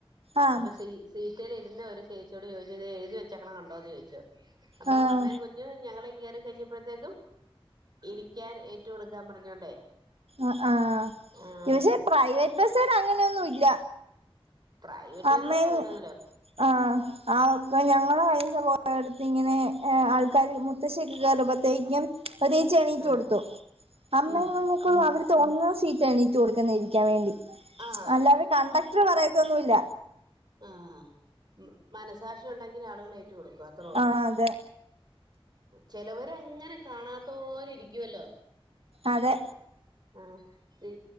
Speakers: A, on the right (about 75°); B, on the right (about 45°).
A: ആഹ്
B: അപ്പോ സീ സീറ്റൽ ഇരുന്ന ഒരു ചേച്ചിയോട് ചോദിച്ചോ ഇത് എഴുതി വെച്ചക്കണ് കണ്ടോന്ന് ചോദിച്ചു അപ്പം
A: ആഹ്
B: അമ്മയും കുഞ്ഞു ഞങ്ങൾ കേയറി കഴിഞ്ഞപ്പോഴത്തേക്കും ഇരിക്കാൻ കൊടുക്കൻ പറഞ്ഞോണ്ടേ
A: ആഹ്‌ ആഹ്‌
B: ആഹ്
A: പക്ഷേ പ്രൈവറ്റ് ബസേല് അങ്ങനെയൊന്നും ഇല്ല
B: പ്രൈവറ്റ്
A: അമ്മയും
B: ബസ്സുകാര് അങ്ങനെയൊന്നുമില്ല
A: ആഹ്‌ ആഹ്‌ അപ്പം ഞങ്ങടെ പൈസ പോകുന്നിടത്ത് ഇങ്ങനെ ആൾക്കാർ മുത്തശ്ശിയൊക്കെ കയറുമ്പഴത്തേക്കും അതെ എണീ കൊടുത്തു
B: ആഹ്
A: അമ്മങ്ങളെക്കള്ളും
B: ഉം
A: അവർ തോന്നുന്ന സീറ്റ് എണീറ്റ് കൊടുക്കുന്ന ഇരിക്കാൻ വേണ്ടി
B: ആഹ്
A: അല്ലാതെ കണ്ടക്ടർ പറയത്തൊന്നുല്ല
B: ആഹ്‌ മനസ്സാക്ഷി ഉണ്ടെങ്കിൽ ആളുകൾ ഏറ് റ്റു കൊടുക്കും അത്രേ ഉള്ളു
A: ആഹ് അതെ
B: ചെലവരങ്ങനെ കാണാത്തോര ഇരിക്കുവല്ലോ
A: അതെ
B: ആഹ്‌